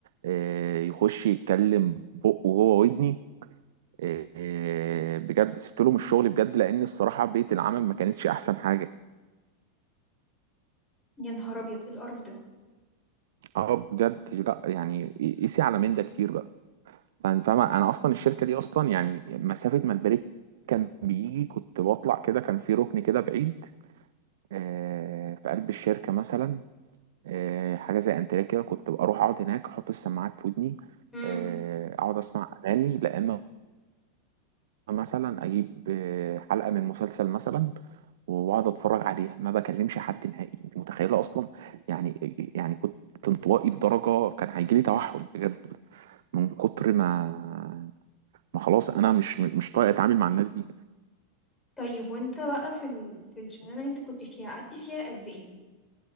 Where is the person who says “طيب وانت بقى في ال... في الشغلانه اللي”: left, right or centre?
Left